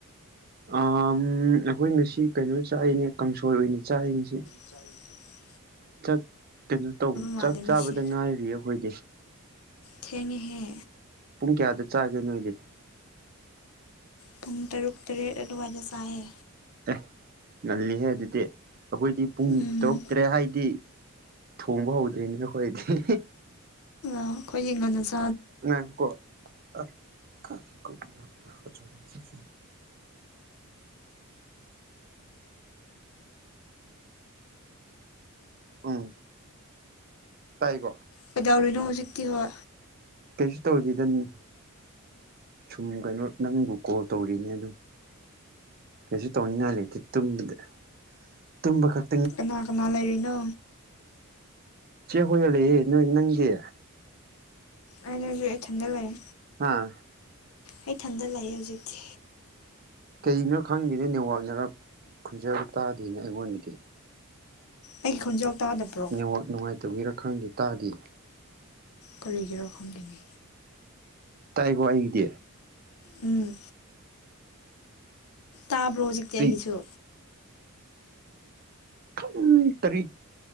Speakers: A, on the right; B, on the left.
A: ꯑꯥ ꯑꯝ ꯑꯩꯈꯣꯏ ꯉꯁꯤ ꯀꯩꯅꯣ ꯆꯥꯏꯏꯅꯦ ꯀꯥꯡꯁꯣꯏ ꯑꯣꯏꯅ ꯆꯥꯏ ꯉꯁꯤ
B: ꯆ
A: ꯆꯥꯛ ꯀꯩꯅꯣ ꯇꯧꯕ
B: ꯃꯥꯜꯂꯦ
A: ꯆꯥꯛ ꯆꯥꯕꯗ
B: ꯃꯤꯁꯦ
A: ꯉꯥꯏꯔꯤ ꯑꯩꯈꯣꯏꯗꯤ
B: ꯊꯦꯡꯉꯦꯍꯦ
A: ꯄꯨꯡ ꯀꯌꯥꯗ ꯆꯥꯒꯦ ꯅꯣꯏꯗꯤ
B: ꯄꯨꯡ ꯇꯔꯨꯛ ꯇꯔꯦꯠ ꯑꯗꯨꯋꯥꯏꯗ ꯆꯥꯏꯌꯦ
A: ꯑꯦ ꯅꯜꯂꯤꯍꯦ ꯑꯗꯨꯗꯤ ꯑꯩꯈꯣꯏꯗꯤ ꯄꯨꯡ
B: ꯎꯝ
A: ꯇꯔꯨꯛ ꯇꯔꯦꯠ ꯍꯥꯏꯗꯤ ꯊꯣꯡꯕ ꯍꯧꯗ꯭ꯔꯤꯅꯤꯅꯈꯣꯏꯗꯤ
B: ꯑꯣ ꯈꯣꯏꯗꯤ ꯉꯟꯅ ꯆꯥ
A: ꯉꯥꯏꯈꫭꯀꫭ <unintelligible> ꯎꯝ ꯇꯥꯏꯀꯣ
B: ꯀꯩꯗꯧꯔꯤꯅꯣ ꯍꯧꯖꯤꯛꯇꯤ ꯍꯣ
A: ꯀꯩꯁꯨ ꯇꯧꯗꯦꯗ ꯅꯤ ꯁꯨꯝ ꯀꯩꯅꯣ ꯅꯪꯕꯨ ꯀꯣꯜ ꯇꯧꯔꯤꯅꯦ ꯑꯗꯨꯝ ꯀꯩꯁꯨ ꯇꯧꯅꯤꯡꯉꯥꯏ ꯂꯩꯇꯦ ꯇꯨꯝꯕꯗ ꯇꯨꯝꯕ ꯈꯛ
B: ꯀꯅꯥ ꯀꯅꯥ ꯂꯩꯔꯤꯅꯣ
A: ꯆꯦ ꯍꯣꯏꯒ ꯂꯩꯌꯦ ꯅꯣꯏ ꯅꯪꯗꯤ
B: ꯑꯩꯅꯁꯨ ꯏꯊꯟꯗ ꯂꯩ
A: ꯍꯥꯥ
B: ꯑꯩ ꯊꯟꯗ ꯂꯩꯌꯦ ꯍꯧꯖꯤꯛꯇꯤ
A: ꯀꯒꯤꯅꯣ ꯈꯪꯗꯦꯅꯦ ꯅꯦꯠꯋꯥꯛꯅꯔ ꯈꯨꯟꯖꯦꯜꯗ ꯇꯥꯗꯦꯅ ꯑꯩꯉꯣꯟꯗꯒꯤ
B: ꯑꯩꯒꯤ ꯈꯣꯟꯖꯦꯜ ꯇꯥꯗꯕ꯭ꯔꯣ
A: ꯅꯦꯋꯥꯛ ꯅꯨꯡꯉꯥꯏꯇꯕꯒꯤꯔꯥ ꯈꯪꯗꯦ ꯇꯥꯗꯦ
B: ꯀꯔꯤꯒꯤꯔ ꯈꯪꯗꯦꯅꯦ
A: ꯇꯥꯏ ꯀꯣ ꯑꯩꯒꯤꯗꯤ
B: ꯎꯝ ꯇꯥꯕ꯭ꯔꯣ ꯍꯧꯖꯤꯛꯇꯤ
A: ꯑꯩ
B: ꯑꯩꯒꯤꯁꯨ
A: ꯈꯪ ꯇꯔꯤꯠ